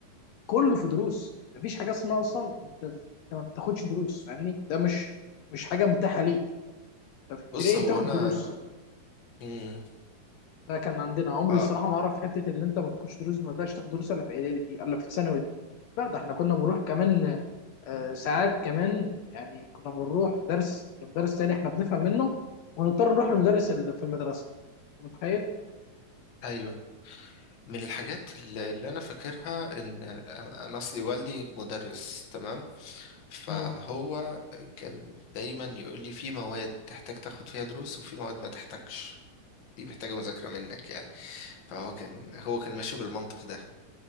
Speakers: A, on the left; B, on the left.
A: كله في دروس مفيش حاجه اسمها اصلا انت انت ما بتاخدش دروس فاهمني ده مش مش حاجه متاحه ليك انت في ابتدائي
B: بص هو
A: بتاخد
B: انا
A: دروس
B: مم.
A: لا كان عندنا عمري
B: اه
A: الصراحه ما اعرف حته اللي انت ما بتخش دروس ما تقدرش تاخد دروس الا في اعدادي دي الا في ثانوي دي لا ده احنا كنا بنروح كمان آه، ساعات كمان يعني كنا بنروح درس لمدرس تاني احنا بنفهم منه ونضطر نروح للمدرس اللي في المدرسه أنت متخيل؟
B: ايوه من الحاجات اللي اللي انا فاكرها ان انا أنا اصلي والدي مدرس تمام فهو
A: مم.
B: كان دايما يقول لي في مواد تحتاج تاخد فيها دروس وفي مواد ما تحتاجش دي محتاجه مذاكره منك يعني فهو كان هو كان ماشي بالمنطق ده